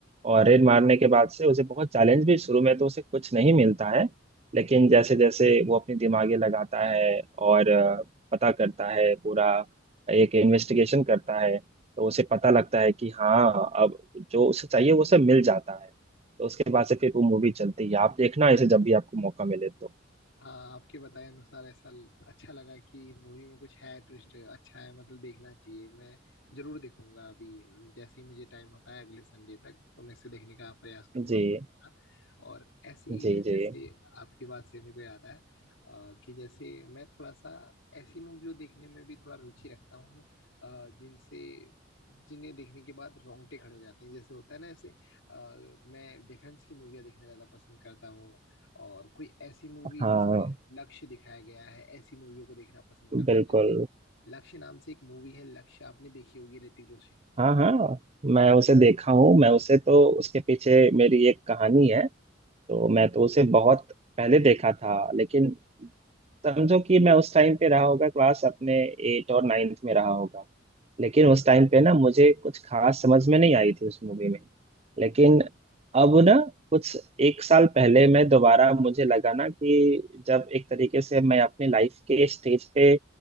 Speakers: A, on the right (about 35°); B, on the left (about 80°).
A: और रेड मारने के बाद से उसे बहुत चैलेंज भी शुरू में तो उसे कुछ नहीं मिलता है लेकिन जैसे जैसे वो अपनी दिमागे लगाता है और अ, पता करता है पूरा एक इन्वेस्टिगेशन करता है तो उसे पता लगता है कि हाँ अब जो उसे चाहिए वो उसे मिल जाता है तो उसके बाद से फिर वो मूवी चलती है आप देखना इसे जब भी आपको मौका मिले तो
B: हाँ आपके बताए अनुसार ऐसा ल- अच्छा लगा कि मूवी में कुछ है ट्विस्ट अच्छा है मतलब देखना चाहिए मैं जरूर देखूंगा अभी हम्म, जैसे ही मुझे टाइम होता है अगले संडे तक तो मैं इसे देखने का प्रयास करूंगा
A: जी
B: पूरा। और ऐसी
A: जी
B: जैसे
A: जी
B: आपकी बात से मेरे को याद आया अ, कि जैसे मैं थोड़ा सा ऐसी मूवियों देखने में भी थोड़ा रुचि रखता हूँ अ, जिनसे जिन्हें देखने के बाद रोंगटे खड़े हो जाते हैं जैसे होता है ना ऐसे अ, मैं डिफेंस की मूवियाँ देखना ज्यादा पसंद करता हूँ और कोई ऐसी मूवी
A: हाँ
B: जिसमें लक्ष्य दिखाया गया है ऐसी मूवियों को देखना पसंद करता
A: बिल्कुल
B: हूँ जैसे लक्ष्य नाम से एक मूवी है लक्ष्य आपने देखी होगी ऋतिक रोशन की
A: हाँ हाँ मैं उसे देखा हूँ मैं उसे तो उसके पीछे मेरी एक कहानी है तो मैं तो उसे बहुत पहले देखा था लेकिन समझो कि मैं उस टाइम पे रहा होगा क्लास अपने एट और नाइन्थ में रहा होगा लेकिन उस
B: हाँ
A: टाइम पे ना मुझे कुछ खास समझ में नहीं आई थी उस मूवी में लेकिन अब ना कुछ एक साल पहले मैं दोबारा मुझे लगा ना कि जब एक तरीके से मैं अपनी लाइफ के स्टेज पे